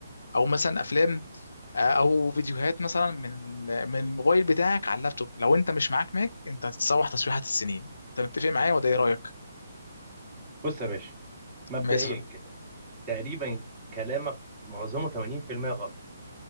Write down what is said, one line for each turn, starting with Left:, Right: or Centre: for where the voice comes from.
Left: او مثلا افلام آه، او فيديوهات مثلا من ال- من الموبايل بتاعك على اللابتوب لو انت مش معاك ماك انت هتتسوح تسويحه السنين انت متفق معايا ولا ايه رايك
Right: بص يا باشا مبدئيا
Left: مثلا
Right: كده تقريبا كلامك معظمه 80% غلط